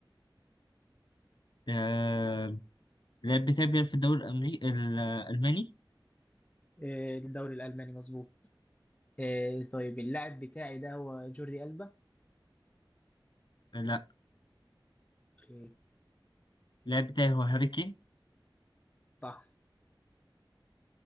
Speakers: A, on the left; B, on the left.
A: آه... اللاعب بتاعي بيلعب في الدوري الأمريكي الألماني
B: آه، الدوري الالماني مظبوط آه، طيب اللاعب بتاعي ده هو جوردي ألبا
A: لا
B: اوكي
A: اللاعب بتاعي هو هاري كين
B: صح